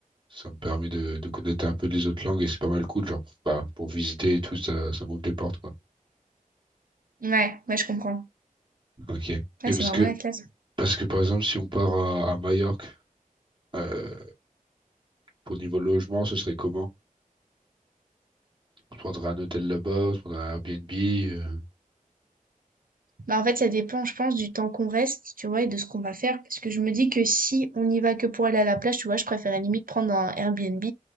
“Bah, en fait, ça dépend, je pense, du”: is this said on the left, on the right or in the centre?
Right